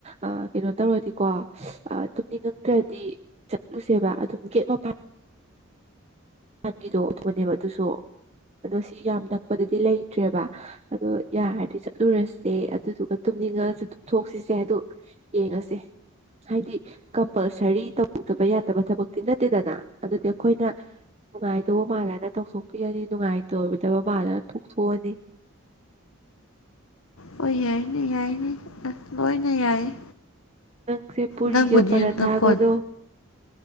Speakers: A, on the right; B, on the left.
A: ꯑꯥ ꯀꯩꯅꯣ ꯇꯧꯔꯗꯤꯀꯣ ꯑꯥ ꯇꯨꯝꯅꯤꯡꯉꯛꯇ꯭ꯔꯗꯤ ꯆꯠꯂꯨꯁꯦꯕ ꯑꯗꯨꯒ ꯒꯦꯠ ꯃꯄꯥꯟ ꯃꯄꯥꯟꯒꯤꯗꯣ ꯑꯗꯨꯅꯦꯕ ꯑꯗꯨꯁꯨ ꯑꯗꯣ ꯁꯤ ꯌꯥꯝ ꯅꯛꯄꯗꯗꯤ ꯂꯩꯇ꯭ꯔꯦꯕ ꯑꯗꯣ ꯌꯥꯔꯗꯤ ꯆꯠꯂꯨꯔꯁꯦ ꯑꯗꯨꯗꯨꯒ ꯇꯨꯝꯅꯤꯡꯉꯛꯑꯁꯨ ꯇꯨꯝꯊꯣꯛꯁꯤꯁꯦ ꯑꯗꯨ ꯌꯦꯡꯉꯁꯤ ꯍꯥꯏꯗꯤ ꯀꯝꯄꯜꯁꯔꯤ ꯇꯧꯗꯕ ꯌꯥꯗꯕ ꯊꯕꯛꯇꯤ ꯅꯠꯇꯦꯗꯅ ꯑꯗꯨꯗꯤ ꯑꯩꯈꯣꯏꯅ ꯅꯨꯡꯉꯥꯏꯗꯧꯕ ꯃꯥꯂꯅ ꯇꯧꯊꯣꯛꯄꯤꯔꯅꯤ ꯅꯨꯡꯉꯥꯏꯇꯣꯏꯗꯕ ꯃꯥꯂꯅ ꯊꯣꯛꯊꯣꯛꯑꯅꯤ
B: ꯍꯣꯏ ꯌꯥꯏꯅꯦ ꯌꯥꯏꯅꯦ ꯑꯥ ꯂꯣꯏꯅ ꯌꯥꯏꯌꯦ
A: ꯅꯪꯁꯦ ꯄꯨꯔꯤꯒ
B: ꯅꯪꯕꯨꯗꯤ
A: ꯄꯔꯥꯊꯥꯒꯗꯣ
B: ꯅꯈꯣꯟ